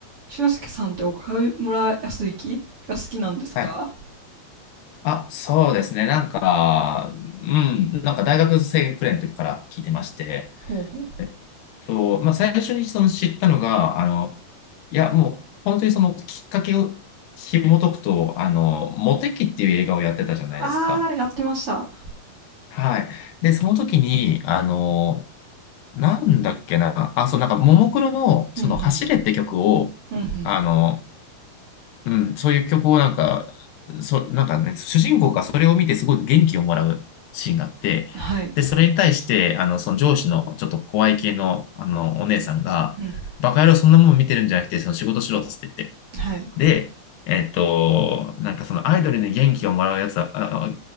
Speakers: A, on the right; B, on the left.
A: 俊介さんって岡村康之が好きなんですか
B: はい。あ、そうですね。なんか、うん、なんか大学生くらいの時から聞いてまして、
A: ほうほう。
B: えっと、まあ、最初にその知ったのが、あの、いや、もう、本当にそのきっかけを紐解くと、あの、モテキっていう映画をやってたじゃないですか。
A: あー、やってました。
B: はい。で、その時に、あの、なんだっけな、あ、そう、なんか、ももクロの、その、
A: うん
B: 走れって曲を、
A: うん。うんうん。
B: あの、うん、そういう曲をなんか、そ、なんかね、主人公がそれを見てすごく元気をもらうシーンがあって、
A: はい。
B: で、それに対して、あの、その上司のちょっと怖い系の、あの、お姉さんが、
A: うん。
B: バカ野郎そんなもん見てるんじゃなくて、その仕事しろっつって言って。
A: はい。
B: で、えっと、なんかそのアイドルに元気をもらうやつは、ああ